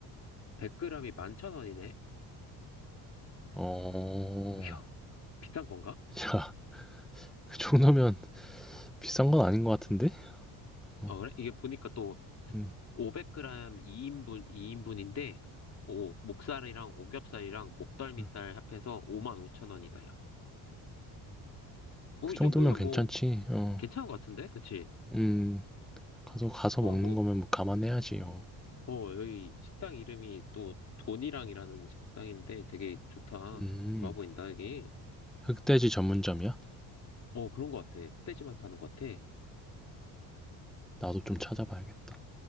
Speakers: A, on the left; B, in the centre.
A: 100g이 11,000원이네?
B: 어,
A: <laughs> 이야, 비싼 건가?
B: <laughs> 야, 그 정도면 비싼 건 아닌 것 같은데? 어,
A: 아, 그래? 이게 보니까 또
B: 음,
A: 500g 2인분, 이 인분인데 오, 목살이랑 오겹살이랑 목덜미살
B: 음.
A: 합해서 55,000원이다, 뭐,
B: 그
A: 이
B: 정도면
A: 정도면
B: 괜찮지.
A: 뭐,
B: 어,
A: 괜찮은 것 같은데? 그치?
B: 음, 가서 가서
A: 어,
B: 먹는
A: 뭐,
B: 거면 뭐 감안해야지. 어,
A: 어, 여기 식당 이름이 또, 돈이랑이라는 식당인데 되게 좋다.
B: 음,
A: 좋아 보인다, 이게.
B: 흑돼지 전문점이야?
A: 어, 그런 것 같아. 흑돼지만 파는 것 같아.
B: 나도 좀 찾아봐야겠다.